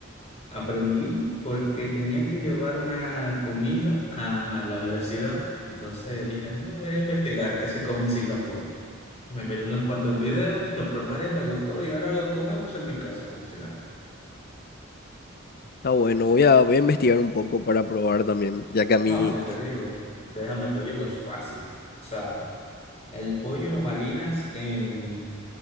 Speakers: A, on the left; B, on the left.
A: Aprendí porque tenían que llevar una comida a la universidad. Entonces dije, "Bueno, voy a investigar qué se come en Singapur. Me miré unos cuantos videos, lo preparé, me gustó y ahora lo comemos en mi casa, como si nada.
B: Está bueno, voy a, voy a investigar un poco para probar también, ya que a mí...
A: No, si te digo, déjame te digo, es fácil. O sea, El pollo lo marinas en